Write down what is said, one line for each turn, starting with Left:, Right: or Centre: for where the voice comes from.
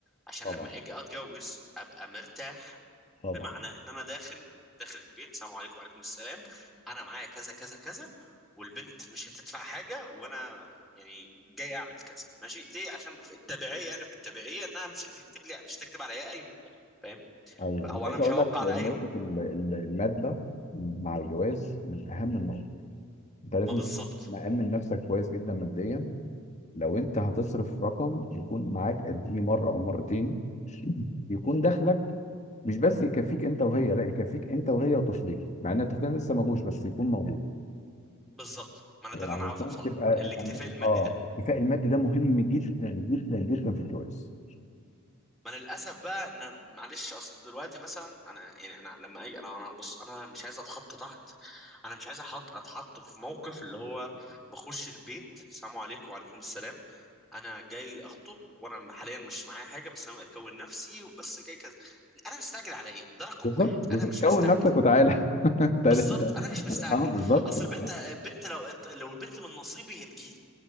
Centre: عشان
Left: طبعا
Centre: لما اجي اتجوز ابقى مرتاح
Left: طبعا
Centre: بمعنى ان انا داخل داخل البيت السلام عليكم وعليكم السلام انا معايا كذا كذا كذا والبنت مش هتدفع حاجه وانا يعني جاي اعمل كذا ماشي ليه عشان في التبعيه يعني في التبعيه انها مش هتكتب لي مش هتكتب عليا قايمه فاهم؟
Left: ايوه
Centre: او
Left: انا عايز
Centre: انا مش
Left: اقول
Centre: هوقع
Left: لك
Centre: على
Left: نقطه
Centre: اي
Left: ال- ال- الماده مع الجواز من اهم النقط انت لازم
Centre: ما بالظبط
Left: تكون مأمن نفسك كويس جدا ماديا لو انت هتصرف رقم يكون معاك قديه مره او مرتين يكون دخلك مش بس يكفيك انت وهي لا يكفيك انت وهي وطفلين مع ان الطفلين لسه ما جوش بس يكون موجود
Centre: بالظبط ما انا
Left: علشان
Centre: ده اللي انا عاوز اوصل
Left: تبقى
Centre: له الاكتفاء
Left: يعني
Centre: المادي
Left: اه
Centre: ده
Left: الاكتفاء المادي ده مهم جدا جدا جدا في الجواز
Centre: ما انا للاسف بقى ان معلش اصل دلوقتي مثلا انا يعني انا لما اجي انا انا بص انا مش عايز اتحط تحت انا مش عايز احط اتحط في موقف اللي هو بخش البيت السلام عليكم وعليكم السلام انا جاي اخطب وانا حاليا مش معايا حاجه بس انا اكون نفسي وبس جاي كذا انا مستعجل على ايه ده رقم
Left: بالظبط
Centre: واحد
Left: بالظبط
Centre: انا مش
Left: كون
Centre: مستعجل
Left: نفسك وتعالى <laughs> انت انت
Centre: بالظبط انا مش مستعجل
Left: اه بالظبط
Centre: اصل
Left: بالظبط
Centre: البنت بنت لو لو البنت من نصيبي هتجيلي